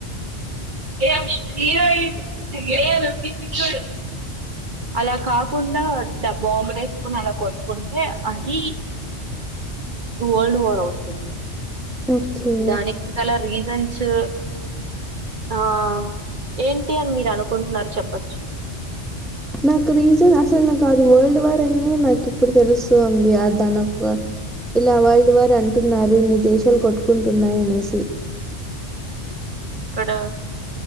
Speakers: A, on the right; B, in the centre.
A: ఏం ఏమైంది ఏ పిచ్చిది చూడు అలా కాకుండా డ బాంబులు ఎసుకుని అలా కొట్టుకుంటే అది వల్డ్ వార్ అవుతుంది
B: ఓకే.
A: దానికి గల రీజన్సూ ఆ ఏంటి అని మీరు అనుకుంటున్నారు చెప్పచ్చు
B: నాకు రీజన్ అసలు నాకు అది వరల్డ్ వార్ అనే నాకు ఇప్పుడు తెలుస్తుంది అద నాకు ఇలా వరల్డ్ వార్ అంటున్నారు ఇన్ని దేశాలు కొట్టుకుంటున్నాయనేసి
A: ఇక్కడ